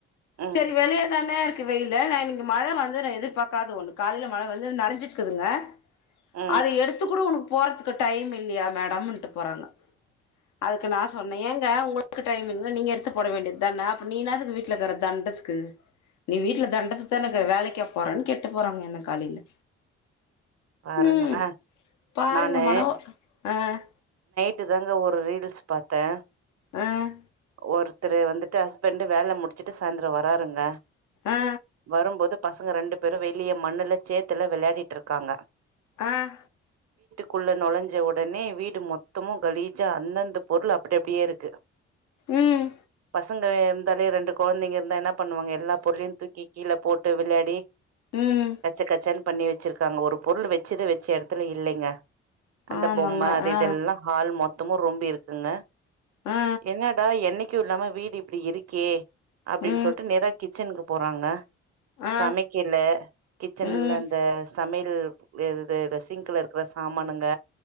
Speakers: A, on the right; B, on the left.
A: ம்
B: சேரி வெளிய தானே இருக் க்கு வெயில நான் இன்னைக்கி மழ வந்துரும் எதிர்பாக்காத ஒண்ணு கால்ல மழ வந்து நானஞ்சுருக்குதுங்க
A: ம்
B: அத எடுத்துகூட உனக் போறதுக்கு டைம் இல்லயா மேடம்ன்ட்டு போறாங்க அதுக்கு நா சொன்னேன் ஏங்க உங்களுக்கு டைமா இருந்தா நீங்க எடுத்து போட வேண்டியதானே அப்ப நீஎன்னாத்துக்கு வீட்ல இருக்குற தெண்டத்கு நீ வீட்ல தெண்டத்துக்கு தானே இருக்குற வேலைக்க போறன்னு கேட்டு போறாங்க என்ன காலையில
A: பாருங்களே
B: உம் பாருங்க
A: நானு
B: மனவ ஆஹ்
A: த்து தாங்க ஒரு ரீல்ஸ் பாத்தேன்
B: ஆஹ்
A: ஒருத்தர் வந்துட்டு ஹஸ்பண்ட் வேல முடிச்ட்டு சாய்தரம் வராருங்க
B: ஆ
A: வரும்போது பசங்க ரெண்டு பேரும் வெளிய மண்ணுல சேத்துல வெளையாடிட்டு இருக்காங்க
B: ஆஹ
A: குள்ள நுழைஞ்ச உடனே வீடு மொத்தமும் கலீஜா அந்தந்த பொருள் அப்டி அப்டியே இருக்கு
B: ம்
A: பசங்க எம் இருந்தாலே ரெண்டு குழந்தைங்க இருந்தா என்ன பண்ணுவாங்க எல்லா பொருளயும் தூக்கி கீழே போட்டு விளையாடி
B: ம்
A: கச்ச கச்சன் பண்ணி வச்சிருக்காங்க ஒரு பொருள் வெச்சது வெச்ச எடத்துல இல்லிங்க அந்த
B: ஆமாங்க
A: பொம்ம அது
B: ஆ
A: இது எல்லா ஹால் மொத் த்தமு ரொம்பி இருக்குங்க
B: ஆ
A: என்னடா என்னைக்கு இல்லாம வீடு இப்டி இருக்கே அப்டின்
B: ம்
A: சொல்ட்டு நேரா கிச்சன்க்குப் போறாங்க
B: ஆ
A: சமைக்கல கிச்சன்ல
B: ம்
A: இந்த சமயல் து இது இது சிங்குல இருக்குற சாமானுங்க